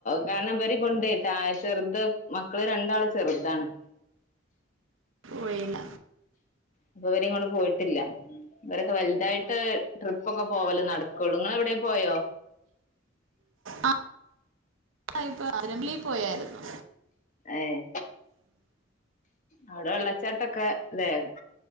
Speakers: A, on the left (about 40°); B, on the right (about 85°).
A: കാരണം ഇവര് കൊണ്ടയിട്ട ചെറുത് മക്കള് രണ്ടാള് ചെറുതാണ്.
B: വഴീല്ല
A: അപ്പോ ഇവരിങ്ങോട്ട് പോയിട്ടില്ല. ഇവരൊക്കെ വലുതായിട്ട് ട്രിപ്പക്കെ പോവല് നടക്കോള്ളൂ. ങ്ങള് എവിടേലും പോയോ?
B: ആ ആ ഇപ്പോ അരംബലി പോയാരുന്നു.
A: ഏയ് അവിടെ വെള്ളച്ചാട്ടൊക്കെ ഇതായിരുന്നു.